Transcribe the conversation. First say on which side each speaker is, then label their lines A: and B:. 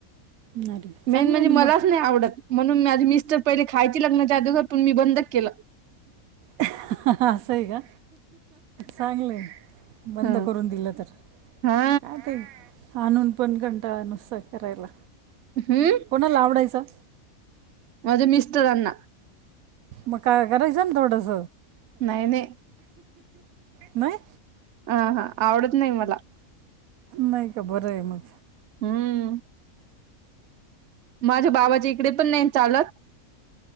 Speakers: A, on the right; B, on the right.
A: अरे
B: मेन
A: चांगलं
B: म्हणजे
A: आहे ना
B: मलाच
A: मग.
B: नही आवडत. म्हणून माझी मिस्टर पहिले खायची लग्नच्या आदूगर पन मी बंद केलं.
A: असं हे का चांगलंय. बंद
B: ह
A: करून दिलं तर
B: हा
A: काय ते आणून पण कंटाळा नुसता करायला.
B: हूं!
A: कोणाला आवडायचं.
B: माज्या मिस्टरांना.
A: मग काय करायच ना थोडस.
B: नाही, नाही
A: नाही?
B: अं हा आवडत नाही मला.
A: नाही का बरय मग.
B: हूं! माझ्या बाबाच्या इकडे पण नाही न चालत.